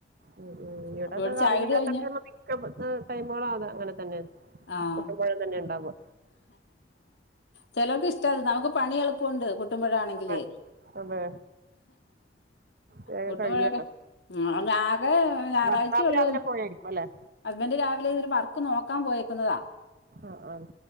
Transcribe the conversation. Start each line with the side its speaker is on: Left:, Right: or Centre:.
Right: ആ ആ ഇവിടക്കെ
Left: അപ്പൊ ഇവിടെ
Right: കറിയില്ലാത്തൊക്കെ
Left: ചായ കുടി കഴിഞ്ഞ്
Right: മിക്ക ടൈമുകളും അത അങ്ങൻ തന്നെയാ
Left: ആഹ്
Right: പഴം തന്നെ ഇണ്ടാവ
Left: ചെലോൽക്ക് ഇഷ്ടാ അത് നമുക്ക് പണി എളുപ്പുണ്ട് പുട്ട് പുട്ടും പഴം ആണെങ്കില്
Right: അതെ അതെ വേഗം
Left: പുട്ടും
Right: കഴിയല്ലോ
Left: പഴവൊക്കെ അത് ആകെ ഞായറാഴ്ച
Right: ഭർത്താവ്
Left: ഉള്ളൂ.
Right: രാവിലെ പോയായിരിക്കും അല്ലെ
Left: ഹസ്ബൻറ്റ് രാവിലെ ഇതൊരു വർക്ക് നോക്കാൻ പോയേക്കുന്നതാ
Right: ആഹ് ആഹ്